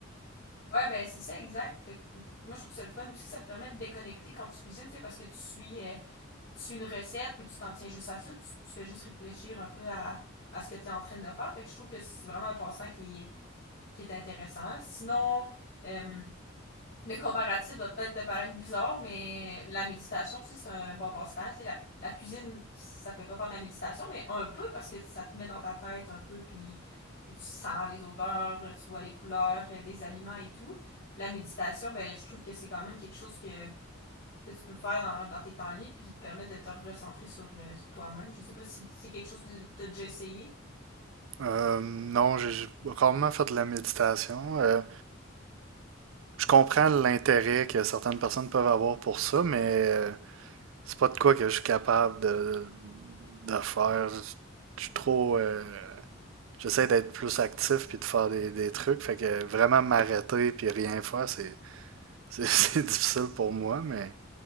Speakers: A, on the left (about 60°); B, on the right (about 70°).
A: Ouais, ben c'est ça exact. Fait que, moi je trouve ça le fun aussi, ça te permet de déconnecter quand tu cuisines, c'est parce que tu suis euh, tu suis une recette puis tu t'en tiens juste à ça, tu, tu fais juste réfléchir un peu à, à ce que tu es en train de faire. Fait que je trouve que c'est vraiment un passe-temps qui est qui est intéressant. Sinon, euh, Le comparatif va peut-être te paraître bizarre, mais la méditation aussi, c'est un bon passe-temps. Tu sais, La, la cuisine, ça fait pas faire de la méditation, mais un peu parce que ça te met dans ta tête un peu, puis tu, tu sens les odeurs, tu vois les couleurs euh, des aliments et tout. Puis la méditation, ben je trouve que c'est quand même quelque chose que, que tu peux faire dans, dans tes temps libres, puis qui te permet de te recentrer sur, euh, sur toi-même. Je sais pas si c'est quelque chose que tu as déjà essayé.
B: Euh, non, j'ai j'ai rarement fait de la méditation. Euh, je comprends l'intérêt que certaines personnes peuvent avoir pour ça, mais euh, c'est pas de quoi que je suis capable de, de faire. Je je suis trop. euh, j'essaie d'être plus actif puis de faire des, des trucs. Fait que vraiment m'arrêter puis rien faire, c'est, c'est, <laughs> c'est difficile pour moi, mais